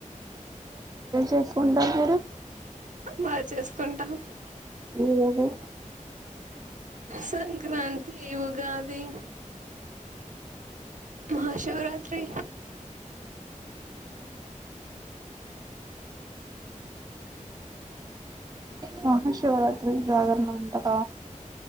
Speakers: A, on the right (about 30°); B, on the right (about 70°).
A: చేసుకుంటారు మీరు
B: బాగా చేసుకుంటాం
A: ఏవేవి
B: సంక్రాంతి ఉగాది మహాశివరాత్రి
A: మహాశివరాత్రి జాగరణ ఉంటార